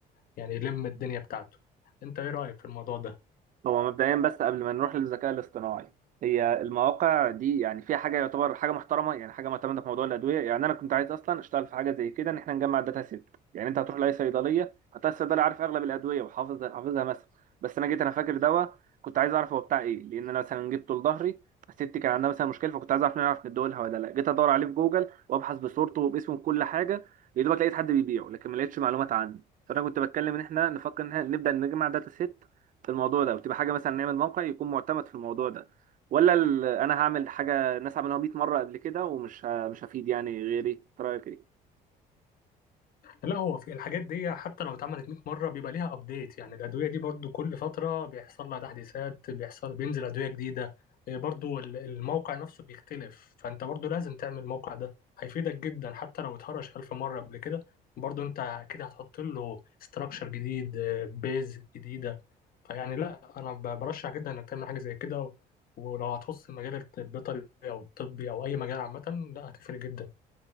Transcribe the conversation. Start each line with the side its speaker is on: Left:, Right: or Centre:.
Left: يعني يلم الدنيا بتاعته أنت إيه رأيك في الموضوع ده؟
Right: هو مبدئيا بس قبل ما نروح للذكاء الاصطناعي هي المواقع دي يعني فيها حاجه يعتبر حاجه محترمه يعني حاجه معتمده في موضوع الادويه يعني انا كنت عايز اصلا اشتغل في حاجه زي كده ان احنا نجمع داتا سيت يعني انت هتروح لاي صيدليه هتلاقي الصيدلي عارف اغلب الادويه وحافظ حافظها مثلا بس انا جيت انا فاكر دواء كنت عايز اعرف هو بتاع ايه لان انا مثلا جبته لظهري ستي كان عندها مثلا مشكله فكنت عايز اعرف نعرف ندولها ولا لا جيت ادور عليه في جوجل وابحث بصورته وباسمه بكل حاجه يا دوبك لقيت حد بيبيعه لكن ما لقيتش معلومات عنه فانا كنت بتكلم ان احنا نفكر ان احنا نبدا نجمع داتا سيت في الموضوع ده وتبقى حاجه مثلا نعمل موقع يكون معتمد في الموضوع ده ولا ال- انا هعمل حاجه الناس عملوها 100 مره قبل كده ومش ه- مش هفيد يعني غيري إنت رايك إيه؟
Left: لا هو في الحاجات دي حتى لو اتعملت 100 مرة بيبقى ليها ابديت يعني الأدوية دي برضو كل فترة بيحصل لها تحديثات بيحصل بينزل أدوية جديدة إيه برضو ال- الموقع نفسه بيختلف فأنت برضو لازم تعمل الموقع ده هيفيدك جدا حتى لو اتهرش ألف مرة قبل كده برضو أنت كده هتحط له ستراكشر جديد بيز جديدة فيعني لا أنا ب- برشح جدا إنك تعمل حاجة زي كده و- ولو هتخص المجال الطبي أو الطبي أو أي مجال عامة لا هتفرق جدا